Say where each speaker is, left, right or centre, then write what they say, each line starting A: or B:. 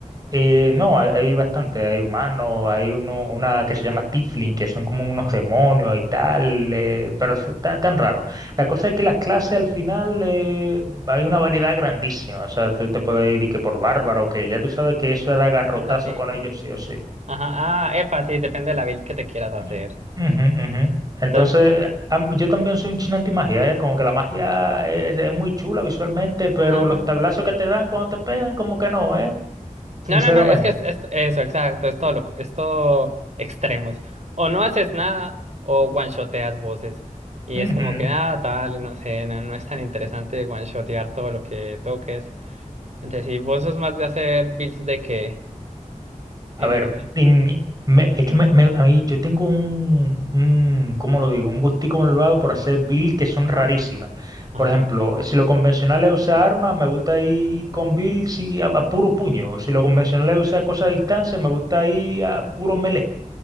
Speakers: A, on the right (about 30°); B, on the right (about 55°).
A: Eh, no, hay, hay bastante, hay humanos, hay uno, una que se llama Tiflin, que son como unos demonios y tal, eh, pero eso tan, tan raro. La cosa es que las clases al final eh, hay una variedad grandísima, o sea, tú te puedes ir y que por bárbaro, que ya tú sabes que eso da garrotazo
B: Epa, sí.
A: con ellos sí o sí.
B: Ajá, ah, epa, sí, depende de la build que te quieras hacer.
A: Mm. Ujú, ujú. Entonces,
B: Entonces,
A: am- yo también soy un chino antimagia, ¿eh? Como que la magia es, es muy chula visualmente, pero
B: ajá.
A: los tablazos que te dan cuando te pegan, como que no, ¿eh? Sinceramente.
B: No, no, no, es que es, es- eso, exacto, es todo, lo- es todo extremos. O no haces nada o one-shoteas voces. Y
A: Ujú.
B: es como que, ah, dale, no sé, no, no es tan interesante one-shotear todo lo que toques. Entonces, si vos sos más de hacer builds de que,
A: A
B: eh,
A: ver, en- me- es que me- me- a mí yo tengo un, un, ¿cómo lo digo? Un gustico malvado por hacer build que son rarísimas.
B: ajá,
A: Por ejemplo, si lo convencional es usar armas, me gusta ir con build sí, a, a puro puño. Si lo convencional es usar cosas a distancia, me gusta ir a puro melee.